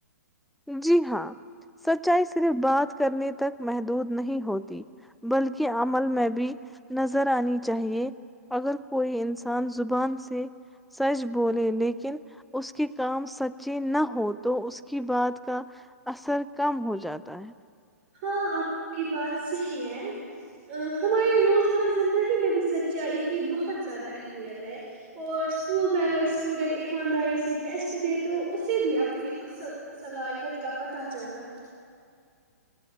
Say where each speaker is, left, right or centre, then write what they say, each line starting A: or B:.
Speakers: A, in the centre; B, on the right.
A: جی ہاں سچائی صرف بات کرنے تک محدود نہیں ہوتی بلکہ عمل میں بھی نظر آنی چاہیے اگر کوئی انسان زبان سے سچ بولے لیکن اس کے کام سچی نہ ہو تو اس کی بات کا اثر کم ہو جاتا ہے
B: ہاں آپ کی بات صحیح ہے ہماری روزمرہ زندگی میں بھی سچائی کی بہت زیادہ اہمیت ہے اور اسکول میں اگر اسٹوڈنٹ ایمانداری سے ٹیسٹ دے تو اسے بھی اپنے اصل صلاحیت کا پتہ چلتا ہے